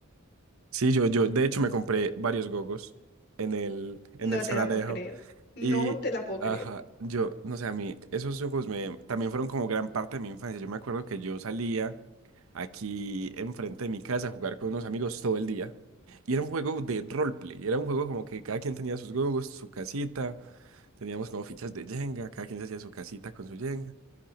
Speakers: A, on the right; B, on the left.
A: Sí, yo, yo, de hecho me compré varios gogos en el, en
B: No
A: el San
B: te la
A: Alejo
B: puedo creer. No
A: y,
B: te la puedo
A: ajá,
B: creer.
A: yo, no sé, a mí esos gogos me, también fueron como gran parte de mi infancia. Yo me acuerdo que yo salía aquí enfrente de mi casa a jugar con unos amigos todo el día y era un juego de roleplay, era un juego como que cada quien tenía sus gogos, su casita, teníamos como fichas de Jenga, cada quien se hacía su casita con su Jenga,